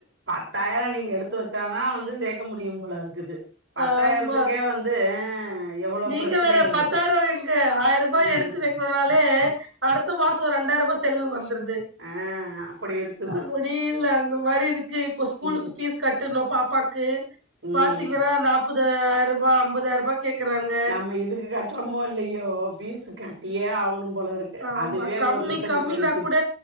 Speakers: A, on the right (about 70°); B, on the right (about 85°).
A: பத்தாயிரோ நீங்க எடுத்து வச்சாதா வந்து சேர்க்க முடியும் போல இருக்குது பத்தாயிரத்துக்கே
B: ஆமா
A: வந்து து ஆ எவ்வளோ
B: நீங்க
A: பிரச்சனைகள்
B: வேற பத்தாயிரவா
A: இருக்கு
B: எங்க ஆயிரூபா
A: ஆ
B: எடுத்து வ னாலே அடுத்த மாசோ ரெண்டாயிரூபா செலவு வந்துருது
A: ஆ அப்படி இருக்குது
B: முடியில அந்த மாரி இருக்கு இப்போ ஸ்கூலுக்கு
A: ம்
B: ஃபீஸ் கட்டணு பாப்பாக்கு
A: ம்
B: பாத்தீங்கன்னா நாப்பதாயிரபா அம்பதாயிரபா கேக்குறாங்க
A: நம்ம இதுக்கு கட்டுறோமோ இல்லயோ பீஸ் கட்டியே ஆவுணு போல இருக்கு
B: ஆமா
A: அதுவே
B: கம்மி
A: ஒரு லட்சத்துக்கிட்ட
B: கம்மினா
A: நிக்குது
B: கூட